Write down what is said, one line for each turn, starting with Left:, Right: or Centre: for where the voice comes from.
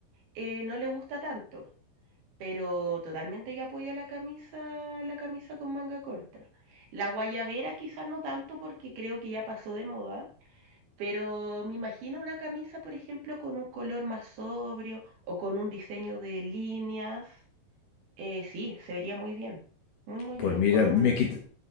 Right: eh, no le gusta tanto, pero totalmente yo apoyo la camisa, la camisa con manga corta. La guayabera quizás no tanto porque creo que ya pasó de moda, pero me imagino una camisa, por ejemplo, con un color más sobrio o con un diseño de líneas. Eh, sí, se vería muy bien, muy muy bien,
Left: Pues
Right: con
Left: mira,
Right: un...
Left: me quit-